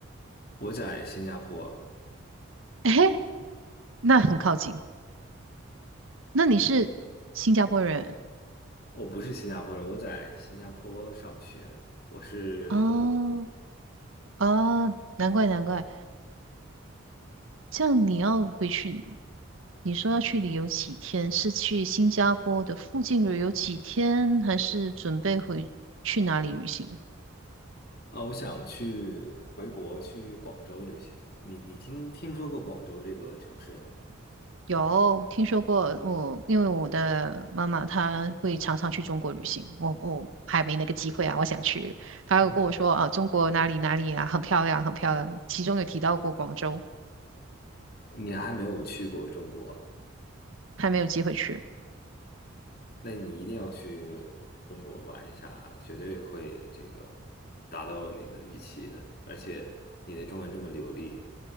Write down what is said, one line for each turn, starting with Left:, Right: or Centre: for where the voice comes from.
Left: 我在新加坡，
Right: 诶，那很靠近。那你是新加坡人
Left: 我不是新加坡人，我在新加坡上学，我是中国。
Right: 哦哦，难怪难怪。这样你要回去，你说要去旅游几天？是去新加坡的附近旅游几天，还是准备回去哪里旅行？
Left: 啊，我想去回国去广州旅行。你你听听说过广州这个城市吗？
Right: 有听说过我，因为我的妈妈她会常常去中国旅行，我我还没那个机会啊，我想去。她有跟我说啊，
Left: 嗯，
Right: 中国哪里哪里啊，很漂亮，很漂亮，其中有提到过广州，
Left: 你还没有去过中国，
Right: 还没有机会去。
Left: 那你一定要去中国玩一下，绝对会这个达到你的预期的。而且你的中文这么流利，